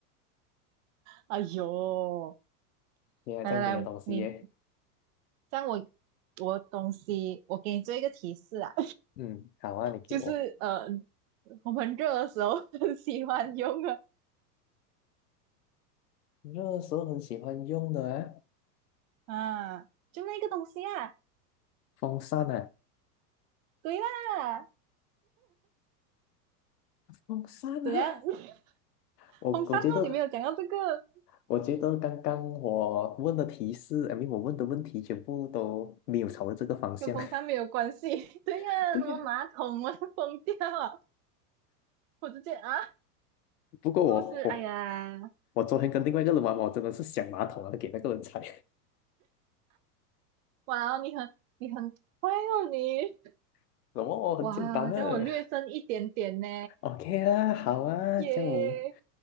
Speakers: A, on the right; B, on the left.
A: 哎呦，
B: 原来这样你的东西耶。
A: 来来来，你这样我我东西，我给你做一个提示啊。
B: 嗯，好啊，你给我。
A: 就是呃，我们热的时候很喜欢用的
B: 热个时候很喜欢用的啊，
A: 啊，就那个东西啊。
B: 风扇啊，
A: 对啦，
B: 风扇啊。
A: 怎样？<laughs>
B: 我我觉得
A: 风扇哦，你没有讲到这个，
B: 我觉得刚刚我问的提示，I mean，我问的问题全部都没有朝着这个方向。
A: 跟风扇没有关系。<laughs> 对呀、
B: <laughs> 对呀、
A: 什么马桶啊，疯掉啊，我直接啊，是
B: 不过我我
A: 不是？哎呀，
B: 我昨天跟另外一个人玩，我真的是想马桶啊，给那个人踩。
A: 哇哦，你很你很乖哦，你
B: <laughs> 什么？哦很简单的。
A: 哇，这样我略胜一点点呢，
B: OK 啦，好啊，
A: 耶。
B: 这样我们